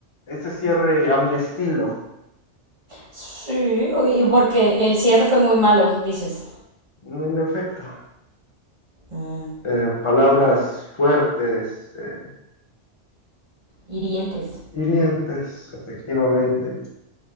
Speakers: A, on the left; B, on the right.
A: ese cierre
B: mm,
A: a mi estilo.
B: sí, uy, porque el cierre fue muy malo, dices,
A: En efecto,
B: mm,
A: eh, palabras fuertes, eh,
B: hirientes,
A: hirientes, efectivamente.